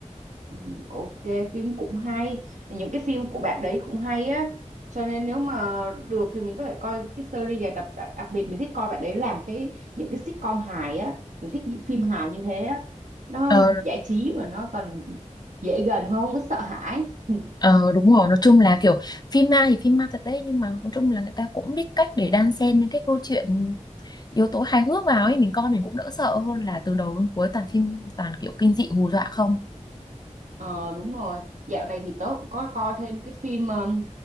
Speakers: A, on the right; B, on the left.
A: Ừ, Ok phim cũng hay những cái phim của bạn đấy cũng hay á cho nên nếu mà được thì mình có thể coi cái series dài tập đặc, đặc biệt mình thích coi bạn đấy làm cái những cái sitcom hài á mình thích những phim hài như thế á nó
B: Ờ,
A: giải trí và nó còn dễ gần hơn không có sợ hãi <laughs>
B: Ờ đúng rồi, nói chung là kiểu phim ma thì phim ma thật đấy nhưng mà nói chung là người ta cũng biết cách để đan xen những cái câu chuyện yếu tố hài hước vào ấy mình coi mình cũng đỡ sợ hơn là từ đầu đến cuối toàn phim toàn kiểu kinh dị hù dọa không.
A: Ờ đúng rồi dạo này thì tớ cũng có coi thêm cái phim ờm,